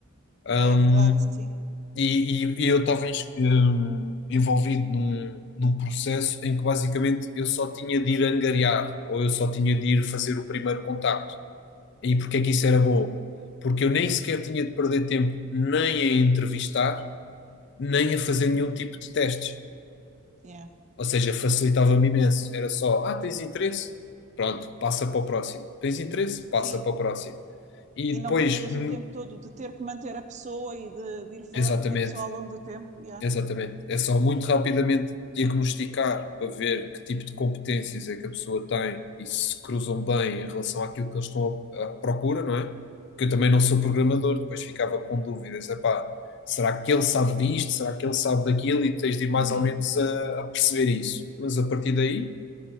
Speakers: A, on the left (about 55°); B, on the right (about 35°).
A: Hum,
B: Yeah, é verdade, sim.
A: e, e- e eu estava ens- hum, envolvido num, num processo em que basicamente eu só tinha de ir angariar ou eu só tinha de ir fazer o primeiro contacto. E porque é que isso era bom? Porque eu nem sequer tinha de perder tempo nem a entrevistar, nem a fazer
B: Uhum.
A: nenhum tipo de testes.
B: Yeah.
A: Ou seja, facilitava-me imenso. Era só, ah, tens interesse? Pronto, passa para o próximo. Tens interesse? Passa
B: Sim,
A: para o próximo. E
B: e não
A: depois,
B: perdes
A: hum,
B: o tempo todo de ter que manter a pessoa e de, de ir falando
A: exatamente,
B: com a pessoa ao longo do tempo. Yeah.
A: exatamente. É só muito rapidamente diagnosticar para ver que tipo de competências é que a pessoa tem e se cruzam bem em relação àquilo que eles estão à à procura, não é? Porque eu também não sou programador, depois ficava com dúvidas. Epá, será que ele sabe disto? Será que ele sabe daquilo? E tens de ir mais
B: Uhum.
A: ou menos a, a perceber isso. Mas a partir daí.